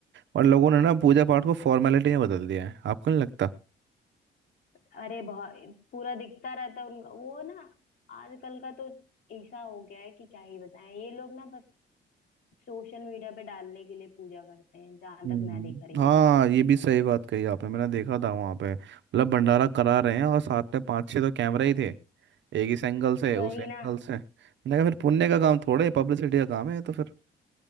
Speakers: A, on the right (about 65°); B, on the left (about 60°).
A: और लोगों ने ना पूजा
B: हाँ
A: पाठ को फॉर्मेलिटी में बदल दिया है आपको नहीं लगता
B: अरे बहुत पूरा दिखता रहता है उनका वो ना आजकल का तो ऐसा हो गया है कि क्या ही बताएं ये लोग ना बस सोशल मीडिया पे डालने के लिए पूजा करते हैं जहां
A: हम्म
B: तक मैं देख रही हूँ
A: हाँ
B: अभी तक
A: ये भी सही बात कही आपने मैंने देखा था वहां पे मतलब भंडारा करा रहे हैं और साथ में पांच छह तो कैमरा ही थे एक इस एंगल से
B: वही
A: उस एंगल
B: ना
A: से मैंने कहा फिर पुण्य का काम थोड़े पब्लिसिटी का काम है तो फिर